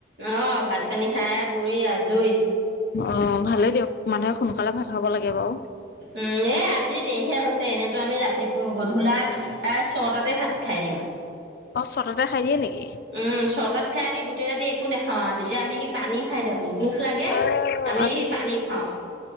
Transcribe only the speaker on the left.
অ', ভালেই দিয়ক মানুহে সোনকালে ভাত খাব লাগে বাৰু।
অ', ছটাতে খাই দিয়ে নেকি।
অ',